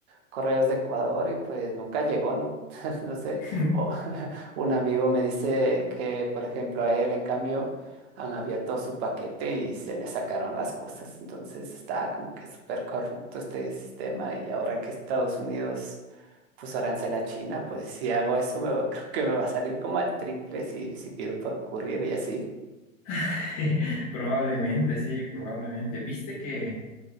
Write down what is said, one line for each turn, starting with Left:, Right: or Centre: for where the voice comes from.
Right: correos de Ecuador y pues nunca llegó, ¿no? <laughs> No sé.
Left: <laughs>
Right: O <laughs> un amigo me dice que, por ejemplo, a él, en cambio, han abierto su paquete y se le sacaron las cosas. Entonces, está como que súper corrupto este sistema y ahora que Estados Unidos puso arancel a China, pues si hago eso, me va- <laughs> creo que me va a salir como al triple si, si pido por courier y así.
Left: <laughs> Probablemente, sí, probablemente. ¿Viste que